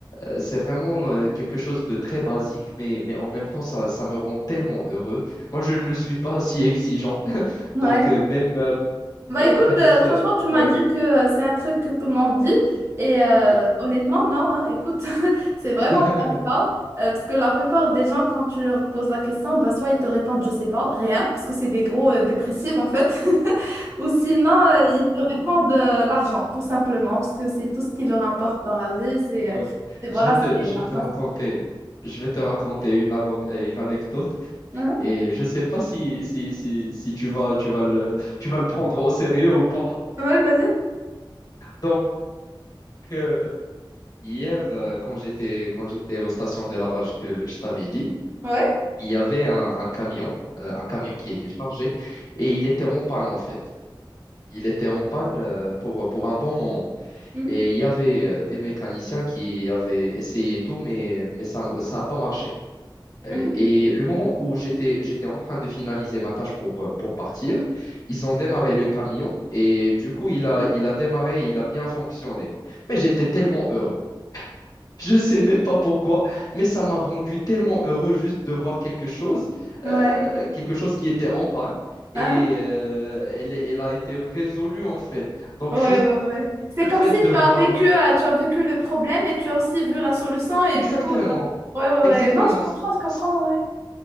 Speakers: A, on the left; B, on the right.
A: Euh, C'est vraiment euh, quelque chose de très basique, mais, mais en même temps, ça, ça me rend tellement heureux. Moi, je ne suis pas si exigeant. <laughs>
B: Ouais.
A: Donc, euh, même euh,
B: Bah
A: euh,
B: écoute,
A: peut-être.
B: euh, franchement,
A: euh,
B: tu
A: ouais,
B: m'as dit que euh, c'est un truc que tout le monde dit. Et euh,
A: ouais.
B: honnêtement, non, hein, écoute, <laughs> c'est vraiment
A: <laughs>
B: pas le cas. Euh, parce que la plupart des gens, quand tu leur poses la question, bah, soit ils te répondent, je sais pas, rien, parce que c'est des gros euh, dépressifs en fait. <laughs> Ou sinon, euh, ils te répondent euh, l'argent, tout simplement, parce que c'est tout ce qui leur importe dans la vie. C'est,
A: Ouais.
B: euh, c'est voilà,
A: Je vais te,
B: c'est
A: je
B: l'argent.
A: vais te raconter, je vais te raconter une, ano- euh, une anecdote
B: Mhm.
A: et je sais pas si, si, si, si tu vas, tu vas le, tu vas le prendre au sérieux ou pas.
B: Ouais, vas-y.
A: Donc, euh, hier, euh, quand j'étais, quand j'étais aux stations de lavage que je t'avais dit,
B: Ouais.
A: il y avait un, un camion, euh, un camion qui était chargé, et il était en panne en fait. Il était en panne euh, pour, pour un bon moment.
B: Mhm,
A: Et il y avait euh, des mécaniciens qui avaient essayé et tout, mais, mais ça ça n'a pas marché. Euh,
B: mhm.
A: Et le moment où j'étais, j'étais en train de finaliser ma tâche pour, euh, pour partir, ils ont démarré le camion et du coup, il a, il a démarré, il a bien fonctionné. Mais j'étais tellement heureux. Je sais même pas pourquoi, mais ça m'a rendu tellement heureux juste de voir quelque chose,
B: Ouais.
A: euh, quelque chose qui était en panne
B: ah,
A: et euh, elle, elle a été résolue en fait. Donc
B: ah. Ouais,
A: juste
B: ouais, ouais. C'est
A: le
B: comme
A: fait
B: si
A: de
B: tu
A: voir
B: as vécu, euh, tu as vécu le problème et tu as aussi vu la solution et
A: exactement,
B: du coup, euh, ouais, ouais,
A: exactement,
B: ouais. Non, je comprends,
A: c-
B: je comprends,
A: c-
B: ouais.